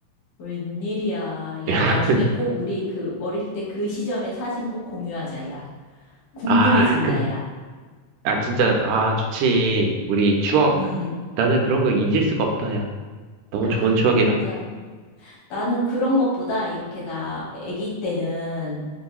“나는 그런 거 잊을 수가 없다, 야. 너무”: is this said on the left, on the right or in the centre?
Right